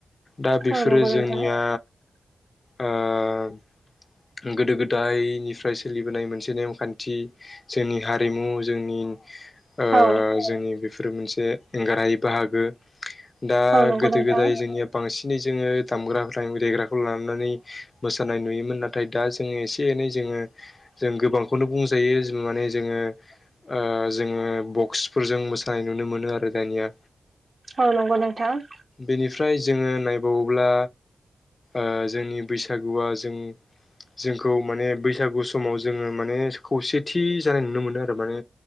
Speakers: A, on the left; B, on the right.
A: दा बेफोरो
B: औ नंगौ नोंथां
A: जोंनिया ओ गोदो गोदायनिफ्राय सोलिबोनाय मोनसे नेमखान्थि। जोंनि हारिमु जोंनि ओ
B: औ
A: जोंनि बेफोरो मोनसे एंगारहायै बाहागो। दा
B: औ नंगौ
A: गोदो
B: नोंथां
A: गोदाय जोंनिया बांसिनै जोङो दामग्रा देग्राखौ लानानै मोसानाय नुयोमोन नाथ थाय दा जोङो एसे एनै जोङो जों गोबांखौनो बुंजायो माने जोङो ओ जोङो बक्सफोरजों मोसानाय नुनो मोनो आरो दानिया।
B: औ नंगौ नोंथां।
A: बेनिफ्राय जोङो नायबावोब्ला ओ जोंनि बैसागुआ जों जोंखौ माने बैसागु समाव जोंङो माने खौसेथि जानाय नुनो मोनो आरो माने